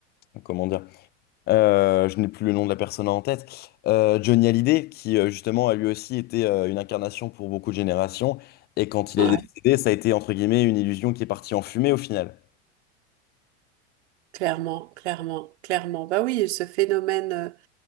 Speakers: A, on the left; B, on the right.
A: comment dire. Euh, je n'ai plus le nom de la personne en tête. Euh, Johnny Hallyday, qui euh, justement a lui aussi été euh, une incarnation pour beaucoup de générations. Et quand il
B: Ouais,
A: est décédé, ça a été entre guillemets une illusion qui est partie en fumée au final.
B: clairement, clairement, clairement. Bah oui, ce phénomène, euh,